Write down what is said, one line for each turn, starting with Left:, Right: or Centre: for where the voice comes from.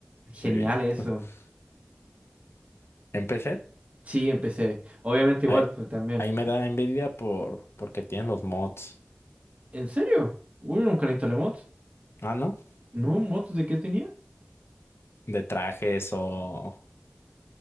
Right: Genial
Left: muy bien.
Right: eso.
Left: <laughs> ¿En PC?
Right: Sí, empecé. Obviamente igual,
Left: Ahí,
Right: pues también.
Left: ahí me da envidia por, porque tienen los mods.
Right: ¿En serio? Bueno, nunca le instalé mods.
Left: Ah, ¿no?
Right: ¿No? ¿Mods de qué tenía?
Left: De trajes o